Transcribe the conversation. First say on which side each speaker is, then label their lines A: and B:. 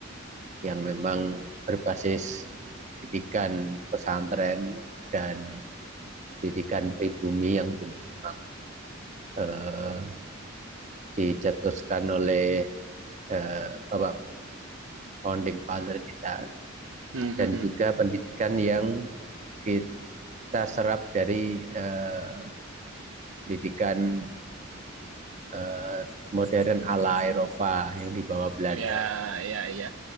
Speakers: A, on the right; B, on the right.
A: yang memang berbasis pendidikan pesantren dan pendidikan pribumi yang dulu memang eh, dicetuskan oleh eh, Bapak Founding Father kita
B: Hmm, hmm,
A: dan
B: hmm.
A: juga pendidikan yang kita serap dari eh, pendidikan eh, modern ala Eropa yang dibawa Belanda.
B: Ya, ya, ya.